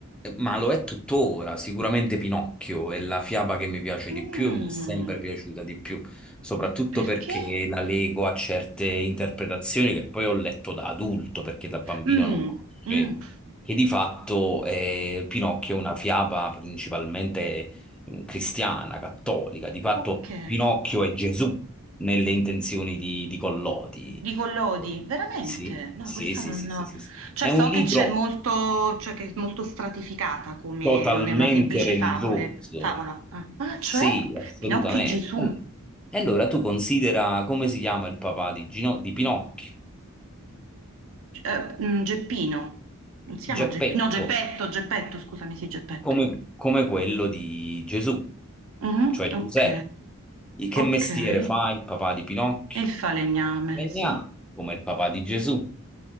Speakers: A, in the centre; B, on the right.
A: ma lo è tuttora, sicuramente Pinocchio, è la fiaba che mi piace
B: Mm,
A: di più e mi è sempre piaciuta di più, soprattutto
B: perché?
A: perché la lego a certe interpretazioni che poi ho letto da adulto, perché da bambino
B: Mm,
A: non conoscevo,
B: mm,
A: che di fatto eh, Pinocchio è una fiaba principalmente cristiana, cattolica, di fatto
B: ok.
A: Pinocchio è Gesù nelle intenzioni di, di Collodi.
B: Di Collodi,
A: Eh,
B: veramente?
A: Sì,
B: No,
A: sì,
B: questa
A: sì,
B: non...
A: sì,
B: no.
A: sì, sì. sì.
B: Cioè,
A: È
B: so
A: un libro
B: che c'è molto, cioè che è molto stratificata come...
A: totalmente
B: non è una semplice
A: religioso.
B: favole, favola. Ah, ah, cioè?
A: Sì, assolutamente.
B: Pinocchio e Gesù.
A: All- E allora tu considera come si chiama il papà di, Gino- di Pinocchio,
B: Eh, mm, Geppino. Non si chiama
A: Geppetto,
B: Geppino. No, Geppetto, Geppetto, scusami, sì, Geppetto.
A: come, come quello di Gesù,
B: Mhm,
A: cioè Giuseppe.
B: ok.
A: I- Che
B: Ok,
A: mestiere
B: e
A: fa il papà di Pinocchio?
B: il falegname,
A: Legnà,
B: sì.
A: come il papà di Gesù.